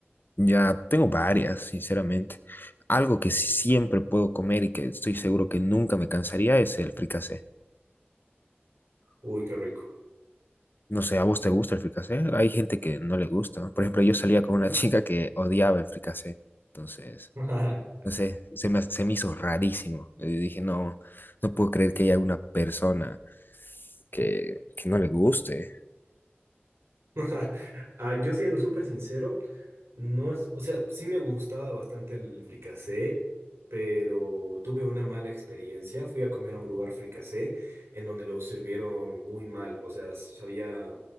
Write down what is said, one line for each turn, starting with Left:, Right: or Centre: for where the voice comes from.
Left: Ya tengo varias, sinceramente. Algo que sí siempre puedo comer y que estoy seguro que nunca me cansaría es el fricasé.
Right: Uy, qué rico.
Left: No sé, ¿a vos te gusta el fricasé? Hay gente que no le gusta. Por ejemplo, yo salía con una <laughs> chica que odiaba el fricasé. Entonces...
Right: <laughs>
Left: No sé, se me, se me hizo rarísimo. Y dije, no, no puedo creer que haya una persona que, que no le guste.
Right: <laughs> Ah, yo siendo súper sincero, no es, o sea, sí me gustaba bastante el fricasé, pero tuve una mala experiencia. Fui a comer a un lugar fricasé en donde lo sirvieron muy mal. O sea, sabía,